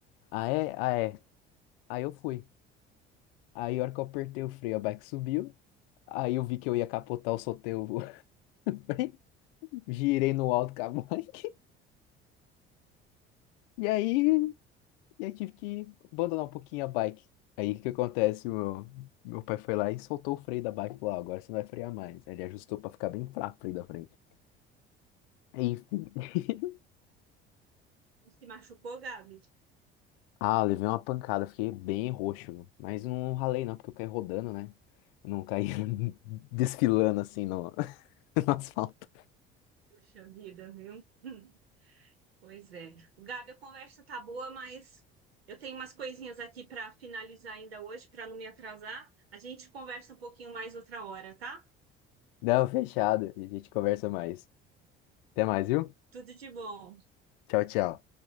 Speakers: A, on the left; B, on the right.
A: Ah, é? Ah, é. Aí eu fui. Aí, a hora que eu apertei o freio, a bike subiu. Aí eu vi que eu ia capotar, eu soltei o Bem, girei no alto com a <laughs> bike. E aí eu tive que abandonar um pouquinho a bike. Aí o que que acontece? Meu, meu pai foi lá e soltou o freio da bike e falou: "Ah, agora você não vai frear mais. Aí Ele ajustou pra ficar bem fraco o freio da frente. Enfim. <laughs>
B: Se machucou, Gabi?
A: Ah, eu levei uma pancada, fiquei bem roxo. Mas não ralei não, porque eu caí rodando, né? Eu não caí <laughs> desfilando assim no, <laughs> no asfalto.
B: Puxa vida, viu? <laughs> Pois é. Gabi, a conversa tá boa, mas eu tenho umas coisinhas aqui para finalizar ainda hoje, para não me atrasar. A gente conversa um pouquinho mais outra hora, tá?
A: Não, fechado. A gente conversa mais. Até mais, viu?
B: Tudo de bom.
A: Tchau, tchau.